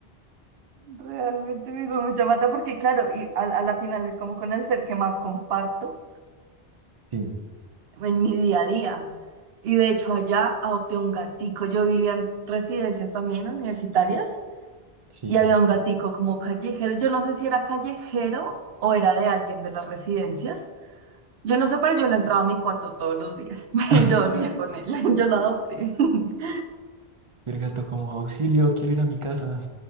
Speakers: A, on the right; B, on the right.
A: Realmente me hizo mucha falta porque, claro, y a, a la final es como con el ser que más comparto.
B: Sí,
A: en mi día a día. Y de hecho allá adopté un gatico. Yo vivía en residencias también universitarias
B: sí.
A: y había un gatico como callejero. Yo no sé si era callejero o era de alguien de las residencias. Yo no sé, pero yo lo entraba a mi cuarto todos los días <laughs>
B: <laughs>
A: y yo dormía con él. <laughs> Yo lo adopté. <laughs>
B: El gato como auxilio, quiero ir a mi casa.